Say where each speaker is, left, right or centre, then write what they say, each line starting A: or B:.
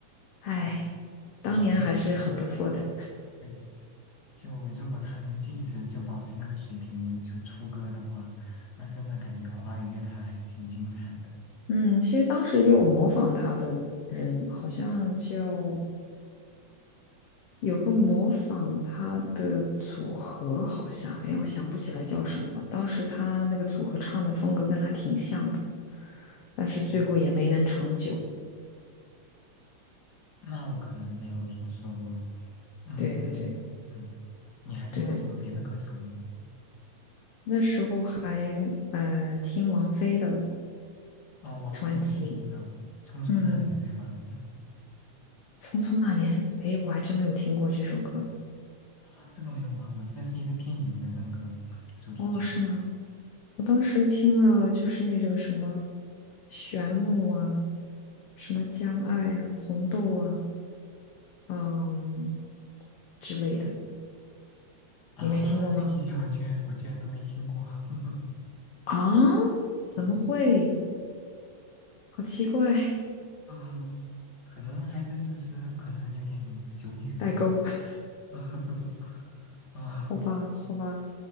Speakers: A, on the left; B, on the left.
A: 哎，
B: 哎，
A: 当年还是很不错的。
B: 也挺可惜，对，就如果他能就一直就保持那个水平就出歌的话，那真的感觉华语乐坛还是挺精彩的，
A: 嗯，其实当时也有模仿他的人，好像就有个模仿他的组合，好像，哎，我想不起来叫什么了。当时他那个组合唱的风格跟他挺像的，但是最后也没能长久。
B: 哦，那我可能没有听说过，嗯。
A: 对对对
B: 嗯，你还听过什么别的歌手吗？
A: 对对，那时候还呃听王菲的
B: 哦，王菲我也听了，
A: 专辑，
B: 《匆匆那年》对吧？
A: 嗯，
B: 嗯，
A: 《匆匆那年》，诶，我还真没有听过这首歌。
B: 啊，这个没有吗？我记得是一个电影的那个主题曲
A: 哦，是吗？我当时听了就是那种什么《旋木》啊，什么《将爱》啊，《红豆》啊，嗯之类的。
B: 啊，
A: 你没听过吗？
B: 这一些我居然我居然都没听过，<laughs>
A: 啊？怎么会？好奇怪，
B: 啊，可能还真的是可能有点久远
A: <laughs> 代沟。<laughs>
B: <laughs> 啊。
A: 好吧，好吧，